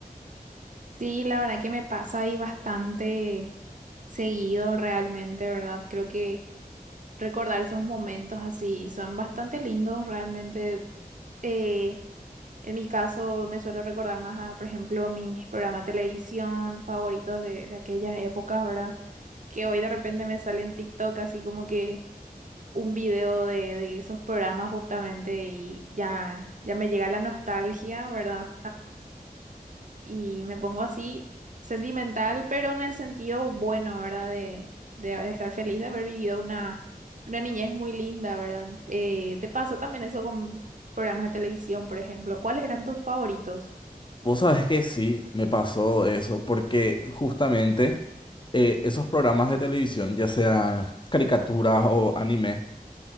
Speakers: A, on the right (about 55°); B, on the left (about 30°).
A: Sí, la verdad que me pasa ahí bastante seguido realmente, ¿verdad? Creo que recordar esos momentos así son bastante lindos realmente. Eh, en mi caso me suelo recordar más a, por ejemplo, mis programas de televisión favoritos de, de aquellas épocas, ¿verdad? Que hoy de repente me sale en TikTok así como que un video de, de esos programas justamente y ya, ya me llega la nostalgia, ¿verdad? y me pongo así sentimental, pero en el sentido bueno, ¿verdad? De, de haber- estar feliz de haber vivido una, una niñez muy linda, ¿verdad? Eh, ¿te pasó también eso con programas de televisión, por ejemplo? ¿Cuáles eran tus favoritos?
B: Vos sabés que sí, me pasó eso, porque justamente eh, esos programas de televisión, ya sean caricaturas o anime,